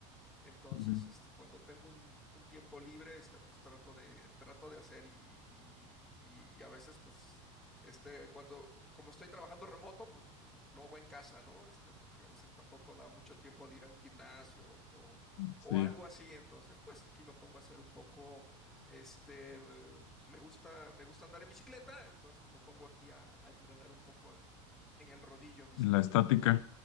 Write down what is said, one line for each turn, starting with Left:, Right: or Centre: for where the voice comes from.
Centre: Entonces,
Left: Ujú.
Centre: este, cuando tengo un, un tiempo libre, este, pues trato de, trato de hacer y, y- y- y a veces, pues, este, cuando, co- como estoy trabajando remoto, pues lo, lo hago en casa, ¿no? Este, porque a veces tampoco da mucho tiempo de ir a un gimnasio o, o-
Left: Sí,
Centre: o algo así. Entonces, pues aquí me pongo a hacer un poco, este, eh, me gusta, me gusta andar en bicicleta, entonces me pongo aquí a, a entrenar un poco en, en el rodillo en bicicleta,
Left: la estática.
Centre: ¿no?